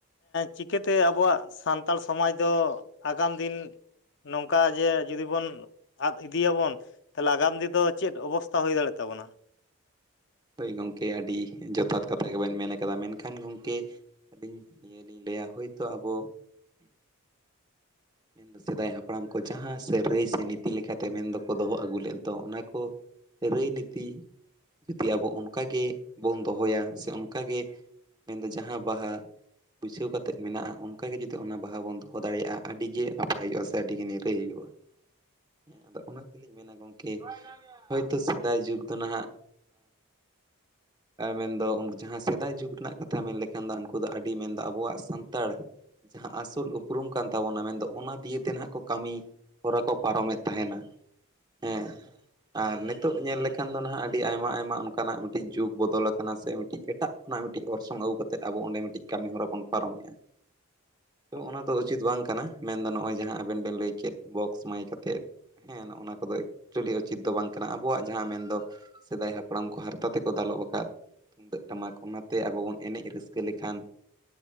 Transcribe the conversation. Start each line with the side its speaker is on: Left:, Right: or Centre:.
Left: ᱪᱤᱠᱟᱹᱛᱮ ᱟᱵᱚᱣᱟᱜ ᱥᱟᱱᱛᱟᱲ ᱥᱚᱢᱟᱡᱽ ᱫᱚ ᱟᱜᱟᱢ ᱫᱤᱱ ᱱᱚᱝᱠᱟ ᱡᱮ ᱡᱩᱫᱤ ᱵᱚᱱ ᱟᱫ ᱤᱫᱤᱭᱟᱵᱚᱱ ᱛᱟᱦᱚᱞᱮ ᱟᱜᱟᱢ ᱫᱤᱱ ᱫᱚ ᱪᱮᱫ ᱚᱵᱚᱥᱛᱟ ᱦᱩᱭ ᱫᱟᱲᱮᱭᱟᱜ ᱛᱟᱵᱚᱱᱟ?
Right: ᱦᱳᱭ ᱜᱚᱢᱠᱮ ᱟᱹᱰᱤ ᱡᱚᱛᱷᱟᱛ ᱠᱟᱛᱷᱟ ᱜᱮᱵᱮᱱ ᱢᱮᱱ ᱠᱟᱫᱟ ᱾ᱢᱮᱱᱠᱷᱟᱱ ᱜᱚᱢᱠᱮ ᱟᱹᱰᱤᱱ ᱱᱤᱭᱟᱹᱤᱧ ᱞᱟᱹᱭᱟ ᱦᱳᱭᱛᱚ ᱟᱵᱚ ᱢᱮᱱ ᱫᱚ ᱥᱮᱫᱟᱭ ᱦᱟᱯᱲᱟᱢ ᱠᱚ ᱡᱟᱦᱟᱸ ᱥᱮ ᱨᱟᱹᱭ ᱥᱮ ᱱᱤᱛᱤ ᱞᱮᱠᱟᱛᱮ ᱢᱮᱱ ᱫᱚᱠᱚ ᱫᱚᱦᱚ ᱟᱹᱜᱩ ᱞᱮᱜ ᱫᱚ ᱚᱱᱟ ᱠᱚ, ᱨᱟᱹᱭ ᱱᱤᱛᱤ ᱡᱩᱫᱤ ᱟᱵᱚ ᱚᱱᱠᱟᱜᱮ ᱵᱚᱱ ᱫᱚᱦᱚᱭᱟ ᱥᱮ ᱚᱱᱠᱟᱜᱮ ᱢᱮᱱᱫᱚ ᱡᱟᱦᱟᱸ ᱵᱟᱦᱟ ᱵᱟᱹᱭᱥᱟᱹᱣ ᱠᱟᱛᱮᱫ ᱢᱮᱱᱟᱜᱼᱟ ᱚᱱᱠᱟ ᱜᱮ ᱡᱩᱫᱤ ᱚᱱᱟ ᱵᱟᱦᱟ ᱵᱚᱱ ᱫᱚᱦᱚ ᱫᱟᱲᱮᱭᱟᱜᱼᱟ ᱾ ᱟᱹᱰᱤᱜᱮ ᱱᱟᱯᱟᱭ ᱦᱩᱭᱩᱜᱼᱟ, ᱥᱮ ᱟᱹᱰᱤᱜᱮ ᱱᱤᱨᱟᱹᱭ ᱦᱩᱭᱩᱜᱼᱟ᱾ ᱦᱮᱸ ᱟᱫᱚ ᱚᱱᱟ ᱟᱫᱚ ᱞᱤᱧ ᱢᱮᱱᱟ, ᱜᱚᱢᱠᱮ ᱦᱳᱭᱛᱳ ᱥᱮᱫᱟᱭ ᱡᱩᱜᱽ ᱫᱚ ᱱᱟᱦᱟᱜ
Left: <inaudible>
Right: ᱢᱮᱱᱫᱚ ᱡᱟᱦᱟᱸ ᱥᱮᱫᱟᱭ ᱡᱩᱜᱽ ᱨᱮᱱᱟᱜ ᱠᱟᱛᱷᱟ ᱢᱮᱱ ᱞᱮᱠᱷᱟᱱ ᱫᱚ ᱩᱱᱠᱩ ᱫᱚ ᱟᱹᱰᱤ ᱢᱮᱱᱫᱚ ᱟᱵᱚᱣᱟᱜ ᱥᱟᱱᱛᱟᱲ ᱡᱟᱦᱟᱸ ᱟᱥᱚᱞ ᱩᱯᱨᱩᱢ ᱠᱟᱱ ᱛᱟᱵᱚᱱᱟ, ᱢᱮᱱᱫᱚ ᱚᱱᱟ ᱫᱤᱭᱮᱛᱮ ᱱᱟᱦᱟᱜ ᱠᱚ ᱠᱟᱹᱢᱤ ᱦᱚᱨᱟ ᱠᱚ ᱯᱟᱨᱚᱢᱮᱫ ᱛᱟᱦᱮᱱᱟ ᱾ ᱦᱮᱸ ᱟᱨ ᱱᱤᱛᱚᱜ ᱧᱮᱞ ᱞᱮᱠᱷᱟᱱ ᱫᱚ ᱱᱟᱦᱟᱜ ᱟᱹᱰᱤ ᱟᱭᱢᱟ ᱟᱭᱢᱟ ᱚᱱᱠᱟᱱᱟᱜ ᱢᱤᱫᱴᱤᱡ ᱡᱩᱜᱽ ᱵᱚᱫᱚᱞ ᱟᱠᱟᱱᱟ ᱥᱮ ᱢᱤᱫᱴᱤᱡ ᱮᱴᱟᱜ ᱠᱷᱚᱱᱟᱜ ᱢᱤᱫᱴᱤᱡ ᱚᱨᱥᱚᱝ ᱟᱹᱜᱩ ᱠᱟᱛᱮᱜ, ᱠᱟᱛᱮᱫ ᱟᱵᱚ ᱚᱸᱰᱮ ᱢᱤᱫᱴᱤᱡ ᱠᱟᱹᱢᱤ ᱦᱚᱨᱟ ᱵᱚᱱ ᱯᱟᱨᱚᱢᱮᱜᱼᱟ ᱾
Left: <inaudible>
Right: ᱛᱚ ᱚᱱᱟᱫᱚ ᱩᱪᱤᱛ ᱵᱟᱝ ᱠᱟᱱᱟ, ᱢᱮᱱᱫᱚ ᱱᱚᱜᱼᱚᱭ ᱡᱟᱦᱟᱸ ᱟᱵᱮᱱ ᱵᱮᱱ ᱞᱟᱹᱭ ᱠᱮᱫ ᱵᱚᱠᱥ ᱢᱟᱭᱤᱠ ᱟᱛᱮᱫ ᱦᱮᱸ ᱱᱚᱜᱼᱚᱱᱟ ᱠᱚᱫᱚ ᱮᱠᱪᱩᱭᱮᱞᱤ ᱩᱪᱤᱛ ᱫᱚ ᱵᱟᱝ ᱠᱟᱱᱟ᱾ ᱟᱵᱚᱣᱟᱜ ᱡᱟᱦᱟᱸ ᱢᱮᱱᱫᱚ ᱥᱮᱫᱟᱭ ᱦᱟᱯᱲᱟᱢ ᱠᱚ ᱦᱟᱨᱛᱟ ᱛᱮᱠᱚ ᱫᱟᱞᱚᱵ ᱟᱠᱟᱫ ᱛᱩᱢᱫᱟᱹᱜ ᱴᱟᱢᱟᱠ ᱚᱱᱟᱛᱮ ᱟᱵᱚ ᱵᱚᱱ ᱮᱱᱮᱡ ᱨᱟᱹᱥᱠᱟᱹ ᱞᱮᱠᱷᱟᱱ